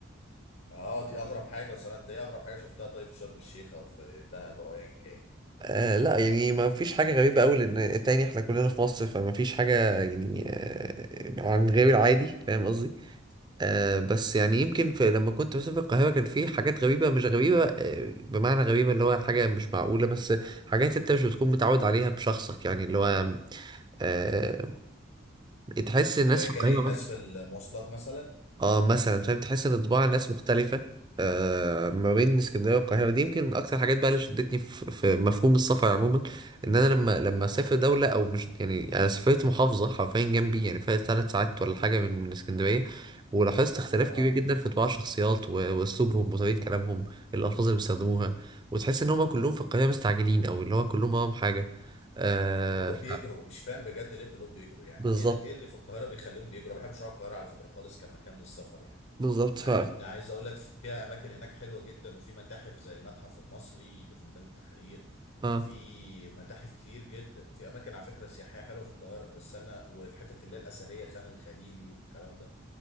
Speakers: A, on the left; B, on the right.
A: اه دي اغرب حاجه صراحه انت ايه اغرب حاجه شفتها طيب في شرم الشيخ او في دهب او ايا كان
B: آه لا يعني ما فيش حاجة غريبة أوي لأن تاني احنا كلنا في مصر فما فيش حاجة يعني آه عن غير العادي فاهم قصدي آه بس يعني يمكن في لما كنت مثلا في القاهرة كان في حاجات غريبة مش غريبة آه بمعنى غريبة اللي هو حاجة مش معقولة بس حاجات انت مش بتكون متعود عليها بشخصك يعني اللي هو آه تحس الناس
A: زي
B: في
A: جري
B: القاهرة
A: الناس في المواصلات مثلا
B: اه مثلا فاهم تحس ان طباع الناس
A: اه
B: مختلفة آه ما بين اسكندرية والقاهرة دي يمكن من اكتر الحاجات بقى اللي شدتني في, في مفهوم السفر عموما ان انا لما لما اسافر دولة او مش يعني انا سافرت محافظة حرفيا جنبي يعني فيها ثلاث ساعات ولا حاجة من من اسكندرية ولاحظت اختلاف كبير
A: آه.
B: جدا في طباع الشخصيات و- واسلوبهم وطريقة كلامهم الالفاظ اللي بيستخدموها وتحس ان هم كلهم في القاهرة مستعجلين او اللي هو كلهم وراهم حاجة آه
A: كلهم
B: ف...
A: بيجروا مش فاهم بجد ليه كلهم بيجروا يعني
B: بالظبط
A: ايه ال- إيه اللي في القاهره بيخليهم بيجروا ما بحبش اروح القاهره على فكره خالص كمكان للسفر يعني
B: بالظبط
A: مع
B: ف...
A: ان عايز اقول لك فيها اماكن هناك حلوه جدا وفي متاحف زي المتحف المصري اللي في ميدان التحرير
B: ف...
A: في متاحف كتير جدا وفي اماكن على فكره سياحيه حلوه في القاهره بس انا والحتت اللي هي الاثريه خان الخليلي والكلام ده